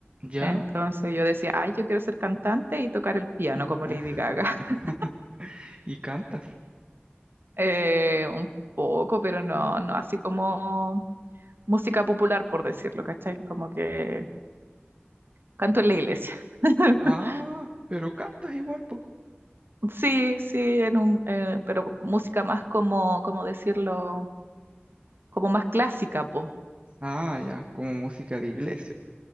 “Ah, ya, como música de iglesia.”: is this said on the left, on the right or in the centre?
Right